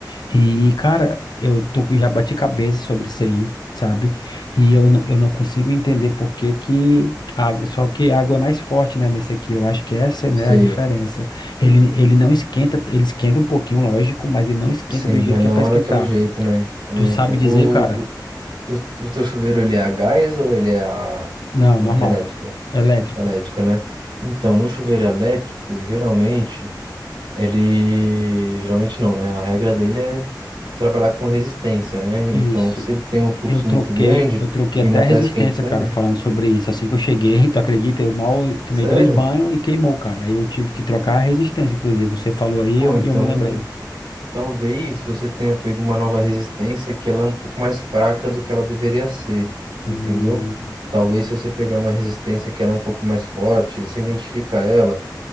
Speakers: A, on the left; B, on the right.
A: E, cara, eu tô, já bati cabeça sobre isso aí, sabe? E eu, não- eu não consigo entender por que que água, só que a água é mais forte, né, nesse aqui. Eu acho que essa, né,
B: sei.
A: é a diferença. Ele, ele não esquenta, ele esquenta um pouquinho, lógico, mas ele não esquenta
B: Sim,
A: do jeito
B: mas
A: que
B: não
A: é pra esquentar.
B: é daquele jeito, né? É,
A: Tu sabe
B: então,
A: dizer,
B: o,
A: cara?
B: o, o o teu chuveiro, ele é a gás ou ele é a,
A: Não,
B: a
A: normal.
B: elétrico?
A: Elétrico.
B: Elétrico, né? Então, no chuveiro elétrico, geralmente, ele... Geralmente não, né? A regra dele é trabalhar com resistência, né? Então,
A: Isso.
B: se ele tem um fluxo
A: Eu troquei,
B: muito grande
A: eu troquei
B: e
A: até
B: não
A: a resistência,
B: tá esquentando...
A: cara, falando sobre isso. Assim que eu cheguei, <laughs> tu acredita? Eu mal tomei
B: Sério?
A: dois banhos e queimou, cara. Aí eu tive que trocar a resistência, inclusive. Você falou aí
B: Pô,
A: eu-
B: então...
A: e eu, me lembrei.
B: Talvez você tenha pego uma nova resistência que ela é um pouco mais fraca do que ela deveria ser, entendeu?
A: Hum,
B: Talvez se você pegar uma resistência que ela é um pouco mais forte, você identifica ela,